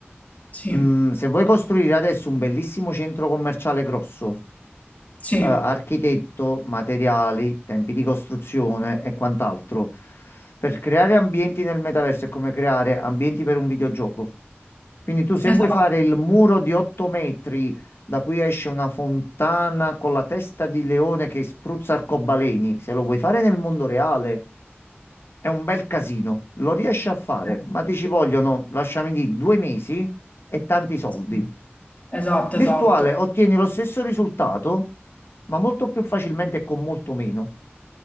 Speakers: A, on the left; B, on the left.
A: Sì,
B: Mm, se vuoi costruire adesso un bellissimo centro commerciale grosso,
A: sì,
B: eh, architetto, materiali, tempi di costruzione e quant'altro. Per creare ambienti nel metaverso è come creare ambienti per un videogioco. Quindi tu se
A: esatto.
B: vuoi fare il muro di 8 metri da cui esce una fontana con la testa di leone che spruzza arcobaleni, se lo vuoi fare nel mondo reale è un bel casino, lo riesci a fare,
A: Eh,
B: ma ti ci vogliono, lasciami dire, due mesi e tanti soldi.
A: sì. Esatto,
B: Virtuale
A: esatto.
B: ottieni lo stesso risultato, ma molto più facilmente e con molto meno.